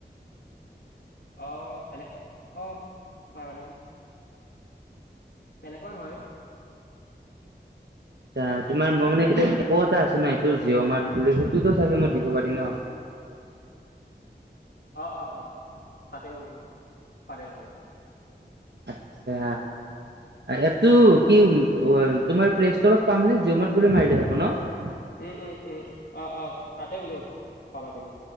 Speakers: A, on the left; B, on the right.
A: অ এ <unintelligible> তেনেকুৱা হয়।
B: তাৰ তোমাৰ মই মানে এতিয়া এপো এটা আছো ন, জিঅ' মাৰ্ট বুলি, সেইটোতো চাগে মই দিব পাৰিম ন?
A: অ', অ', অ', তাতে বোলো, পাৰে মানে।
B: আচ্ছা, এপটো কি
A: অ'।
B: <inaudible> তোমাৰ প্লেষ্ট'ৰত পাম নে, জিঅ'মাৰ্ট বুলি মাৰিলে হ'ব ন।
A: উম, উম, উম! অ', অ', তাতে বোলো পাবা তুমি।